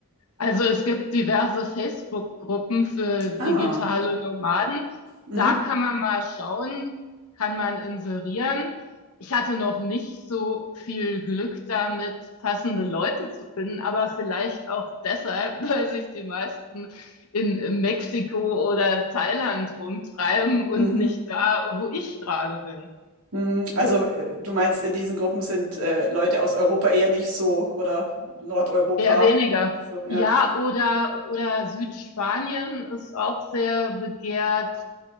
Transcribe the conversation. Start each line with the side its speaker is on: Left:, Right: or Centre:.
Left: Also es gibt diverse Facebook-Gruppen für digitale
Right: Ah,
Left: Nomaden.
Right: mhm.
Left: Da kann man mal schauen, kann man inserieren. Ich hatte noch nicht so viel Glück damit, passende
Right: Mhm.
Left: Leute zu finden, aber vielleicht auch deshalb, <laughs> weil sich die meisten in Mexiko oder Thailand rumtreiben und
Right: Mhm.
Left: nicht da, wo ich gerade bin.
Right: Mhm. Also äh, du meinst, in diesen Gruppen sind äh, Leute aus Europa eher nicht so oder Nordeuropa
Left: Eher weniger.
Right: nicht so, ja.
Left: Ja, oder, oder Südspanien ist auch sehr begehrt.